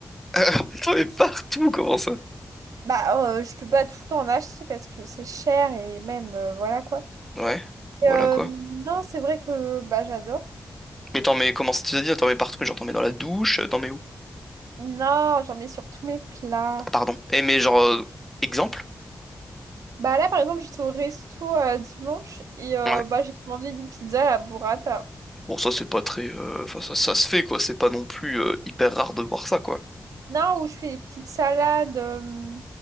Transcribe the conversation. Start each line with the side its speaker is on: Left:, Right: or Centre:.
Centre: <laughs> T'en mets partout, comment ça?
Right: Bah, euh, je peux pas tout le temps en acheter parce que c'est cher et même, euh, voilà quoi.
Centre: Ouais, voilà
Right: Et, euh,
Centre: quoi.
Right: non, c'est vrai que bah, j'adore.
Centre: Mais t'en mets, comment ça t'as dit? T'en mets partout, mais genre t'en mets dans la douche, euh, t'en mets où?
Right: Non, j'en mets sur tous mes plats.
Centre: Ah, pardon. Eh mais genre, euh, exemple?
Right: Bah là, par exemple, j'étais au resto euh, dimanche et euh,
Centre: Ouais.
Right: bah, j'ai commandé une pizza à la burrata.
Centre: Bon, ça c'est pas très... euh, Enfin, ça, ça se fait quoi, c'est pas non plus euh, hyper rare de voir ça quoi.
Right: Non, où je fais des petites salades, euh,